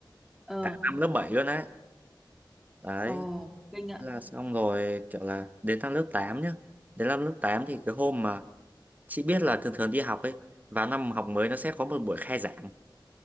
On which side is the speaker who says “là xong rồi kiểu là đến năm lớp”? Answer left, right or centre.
Right